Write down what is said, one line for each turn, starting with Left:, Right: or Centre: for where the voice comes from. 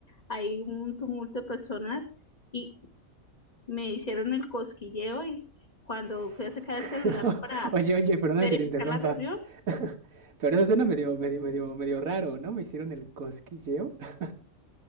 Left: hay un tumulto de personas y me hicieron el cosquilleo y cuando
Right: <laughs>
Left: fui a sacar el celular para
Right: Oye, oye, perdona
Left: verificar
Right: que te interrumpa.
Left: la reunión,
Right: <laughs> Pero eso suena medio, medio, medio, medio raro, ¿no? Me hicieron el cosquilleo. <laughs>